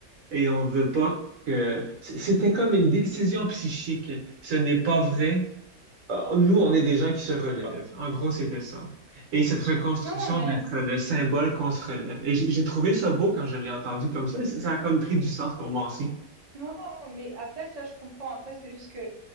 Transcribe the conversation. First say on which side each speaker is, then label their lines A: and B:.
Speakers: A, on the right; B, on the right.
A: et on veut pas que... c- C'était comme une décision psychique. Ce n'est pas vrai euh, Nous, on est des gens qui se relèvent. En gros, c'était ça. Et cette reconstruction
B: Non, non, mais,
A: va être le symbole
B: heu,
A: qu'on se relève. Et j'ai j'ai trouvé ça beau quand je l'ai entendu comme ça. Ça a comme pris du sens pour moi aussi.
B: Non, non, mais après, ça, je comprends. Après, c'est juste que,